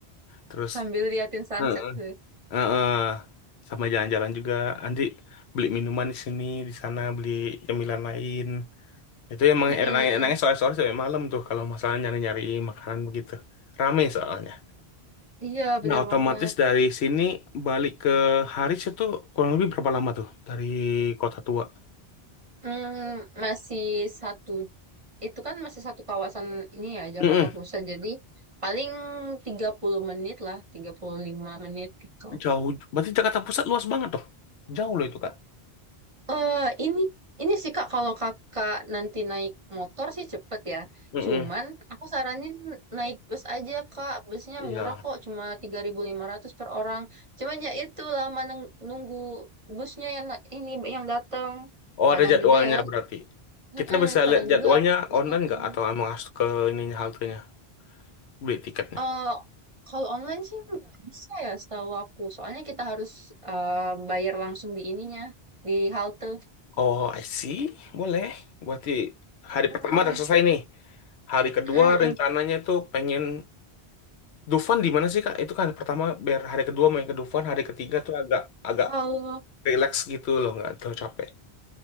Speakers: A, on the left (about 85°); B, on the right (about 35°).
A: Terus
B: Sambil liatin sunset
A: Heeh.
B: tuh.
A: heeh. sama jalan-jalan juga nanti beli minuman di sini, di sana beli cemilan lain. Itu emang
B: Mm-mm-mm.
A: enak-enaknya sore-sore sampai malam tuh kalau masalah nyari-nyari makanan begitu. Rame soalnya.
B: Iya, bener
A: Nah, otomatis
B: banget.
A: dari sini balik ke Haris itu kurang lebih berapa lama tuh dari Kota Tua?
B: Hmm, masih satu itu kan masih satu kawasan ini ya Jakarta
A: Mm-mm.
B: Pusat jadi paling 30 menit lah 35 menit gitu
A: Jauh, berarti Jakarta Pusat luas banget dong. Jauh loh itu, Kak.
B: eh ini ini sih Kak kalau Kakak nanti naik motor sih cepet ya
A: Mm-mm.
B: cuman aku saranin naik bus aja Kak busnya
A: Iya.
B: murah kok cuma 3.500 per orang cuman ya itu lama neng- nunggu busnya yang na- ini yang datang
A: Oh
B: kadang
A: ada jadwalnya
B: juga ya
A: berarti.
B: mm-mm,
A: Kita bisa
B: kadang
A: lihat jadwalnya
B: juga busnya
A: online
B: penuh
A: nggak atau emang harus ke ininya haltenya beli tiketnya?
B: Eh, kalau online sih nggak bisa ya setahu aku. Soalnya kita harus eh, bayar langsung di ininya, di halte.
A: Oh I see, boleh. Berarti
B: Mm-mm,
A: hari pertama udah selesai nih. Hari kedua
B: mm-mm.
A: rencananya tuh pengen Dufan di mana sih Kak? Itu kan pertama biar hari kedua main ke Dufan, hari ketiga tuh agak agak
B: Kalau
A: relax gitu loh, nggak terlalu capek.